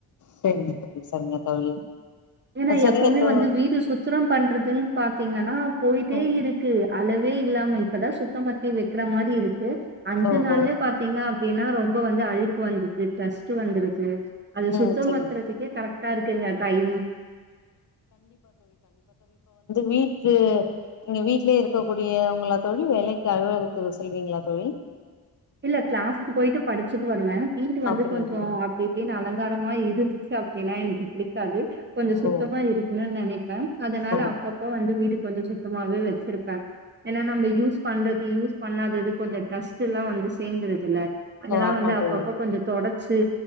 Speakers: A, on the left; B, on the right.
A: சரிங்க தோழி சரிங்க தோழி
B: ஏன்னா
A: சரிங்க
B: எப்பவுமே
A: தோழி
B: வந்து வீடு சுத்தம் பண்றதுன்னு பாத்தீங்கன்னா போயிட்டே
A: ம்
B: இருக்கு அளவே இல்லாமை இப்ப தா சுத்தம் பத்தி வைக்கிற மாரி இருக்கு அஞ்சு
A: ஓ
B: நாள்லயே
A: ஓ
B: பாத்தீங்க அப்டின்னா ரொம்ப வந்து அழு வந்து <unintelligible> வந்து அது சுத்தம்
A: ம் சரிங்க
B: பத்துறதுக்கே கரெக்டா இருக்குங்க டைமு
A: வீட்லே வீட்லே இருக்கக்கூடியவங்களா தோழி வேலைக்கு அலுவகத்துக்கு சொல்வீங்களா தோழி
B: இல்ல கிளாஸுக்கு போயிட்டு படிச்சுட்டு வருவேன் வீடு வந்து
A: அப்படியா
B: கொஞ்சம்
A: தோழி
B: அப்டி இப்டி அலங்காரமா இருந்துச்சு <unintelligible> இருக்காது கொஞ்ச
A: ஓ
B: சுத்தமா இருக்குன்னு நெனைப்பேன் அதனால
A: ஓ
B: அப்பப்பா வந்து வீடு கொஞ்ச சுத்தமாவே வச்ச இருப்பேன் ஏன்னா நம்ம யூஸ் பண்றது யூஸ் பண்ணாதது கொஞ்ச டஸ்ட் எல்லா வந்து சேந்துருதுல்ல அதெல்லா
A: ஓ ஆமா
B: வந்து அப்பப்ப
A: தோழி
B: கொஞ்சம் தொடச் சு